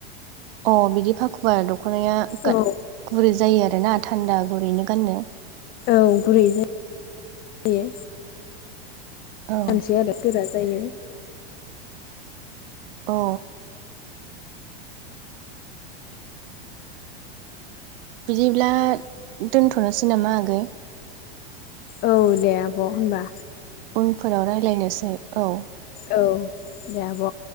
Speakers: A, on the right; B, on the left.
A: अ बिदि फाखुवा दख'नाया गा
B: औ
A: गुरै जायो आरो आरोना थान्दा गुरैनो गाननो
B: औ गुरै जायो।
A: औ
B: मानसे आरो गोरा जायो।
A: औ बिदिब्ला दोनथ'नोसै नामा आगै
B: औ दे आब' होनबा।
A: उनफोराव रायज्लायनोसै औ
B: औ दे आब'।